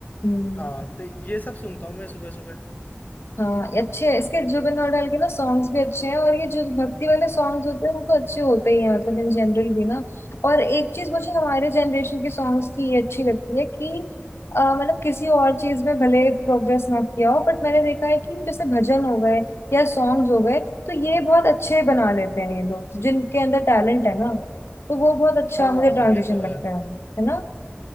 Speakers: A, on the left; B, on the left.
A: हम्म,
B: हाँ तो ये सब सुनता हूँ मैं सुबह सुबह
A: हाँ ये अच्छे हैं। इसके जुबिन नौटियाल के ना सॉन्ग्स भी अच्छे हैं और ये जो भक्ति वाले सॉन्ग्स होते हैं वो तो अच्छे होते ही हैं मतलब इन जनरल भी ना और एक चीज मुझे हमारे जनरेशन के सॉन्ग्स की ये अच्छी लगती है कि अ, मतलब किसी और चीज में भले प्रोग्रेस ना किया हो बट मैंने देखा है कि जैसे भजन हो गए या सॉन्ग्स हो गए तो ये बहुत अच्छे बना लेते हैं ये लोग जिनके अंदर टैलेंट है ना तो वो बहुत अच्छा
B: हाँ
A: मुझे ट्रांजिशन
B: ये तो है
A: लगता है है ना